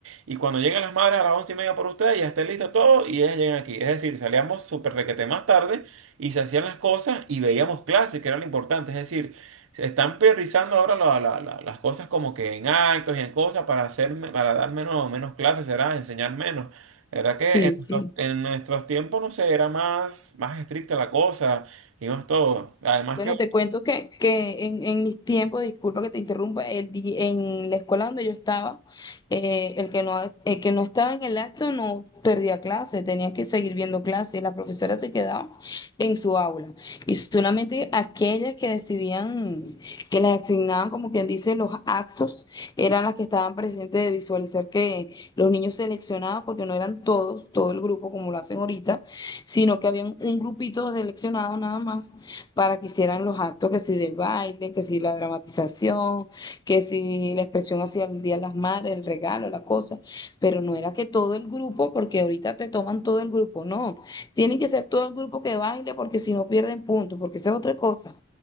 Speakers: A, on the right; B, on the left.
A: y cuando lleguen las madres a las 11 y media por ustedes ya esté listo todo y ellas llegan aquí, es decir, salíamos súper requete más tarde y se hacían las cosas y veíamos clases, que era lo importante, es decir, se están priorizando ahora la- la- la- las cosas como que en actos y en cosas para hacer, me- para dar menos, menos clases, será enseñar menos. La verdad que
B: Sí,
A: en, nuestros
B: sí.
A: en nuestros tiempos, no sé, era más, más estricta la cosa y más todo. Además
B: Bueno,
A: que
B: te cuento que, que en, en mis tiempos, disculpa que te interrumpa, el di- en la escuela donde yo estaba, eh, el que no, el que no estaba en el acto no perdía clase, tenía que seguir viendo clases, las profesoras se quedaban en su aula y solamente aquellas que decidían, que les asignaban, como quien dice, los actos, eran las que estaban presentes de visualizar que los niños seleccionados, porque no eran todos, todo el grupo como lo hacen ahorita, sino que habían un grupito seleccionado nada más para que hicieran los actos, que si del baile, que si la dramatización, que si la expresión hacia el Día de las Madres, el regalo, la cosa, pero no era que todo el grupo, porque ahorita te toman todo el grupo, no, tienen que ser todo el grupo que baile porque si no pierden puntos, porque esa es otra cosa.